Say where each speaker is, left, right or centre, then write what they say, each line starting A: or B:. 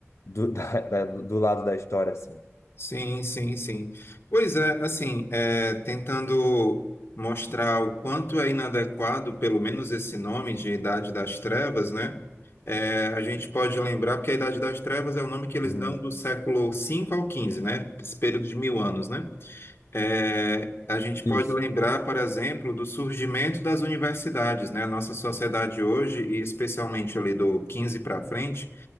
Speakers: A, on the left (about 85°); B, on the left (about 55°).
A: do, <laughs> da- da- do lado da história, assim.
B: Sim, sim, sim. Pois é, assim, é, tentando mostrar o quanto é inadequado, pelo menos esse nome de Idade das Trevas, né? É, a gente pode lembrar, porque a Idade das Trevas é o nome que eles
A: Uhum.
B: dão do século cinco ao quinze, né? Esse período de mil anos, né? É, a gente
A: Isso.
B: pode lembrar, por exemplo, do surgimento das universidades, né? A nossa sociedade hoje, e especialmente ali do quinze para frente,